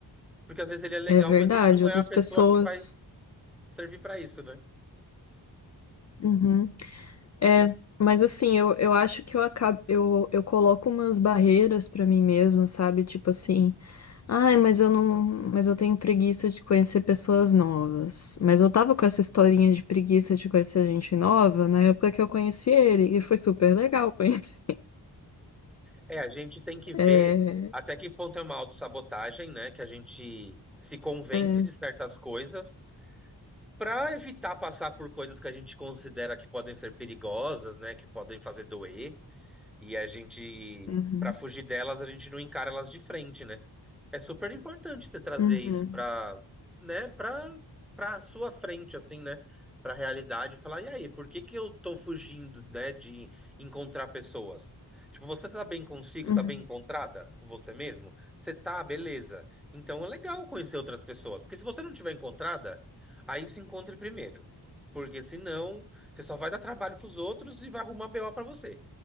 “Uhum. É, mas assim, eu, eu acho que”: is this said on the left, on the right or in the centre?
Left